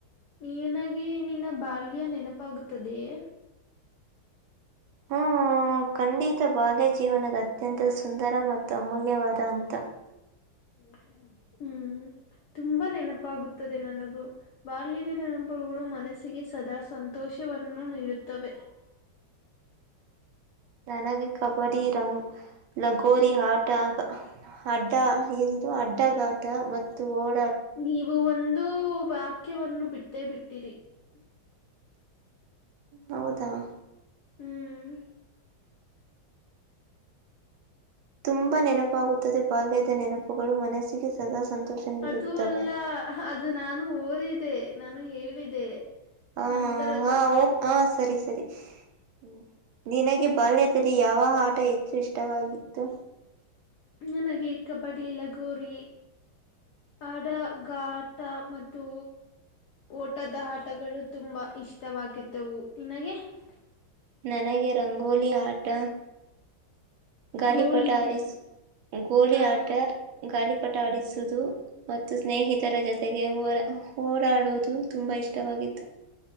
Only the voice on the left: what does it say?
ನೀನಾಗೇ ನಿನ್ನ ಬಾಲ್ಯ ನೆನಪಾಗುತ್ತದೇ <unintelligible>
ಹೂ <unintelligible> ತುಂಬಾ ನೆನಪಾಗುತ್ತದೆ ನನಗೂ ಬಾಲ್ಯದ ನೆನಪಗಳು ಮನಸ್ಸಿಗೆ ಸದಾ ಸಂತೋಷ ತೋಷವನ್ನು ನೀಡುತ್ತವೆ. <unintelligible>
ನೀವು ಒಂದು ವಾಕ್ಯವನ್ನು ಬಿಟ್ಟೇ ಬಿಟ್ಟಿರಿ. <unintelligible>
ಹೂ <unintelligible>
ಅದು ಅಲ್ಲ ಅದು ನಾನು ಓದಿದೆ ನಾನು ಹೇಳಿದೆ. <unintelligible>
ನಂತರದ್ದು
ನನಗೆ ಕಬಡ್ಡಿ ಲಗೋರಿ ಅದಗಾತಾ ಮತ್ತು ಉ <unintelligible> ಓಟದ ಆಟಗಳು ತುಂಬಾ ಇಷ್ಟವಾಗಿದ್ದವು ನಿನಗೆ. <unintelligible>
ಗೋಳಿ
ಆ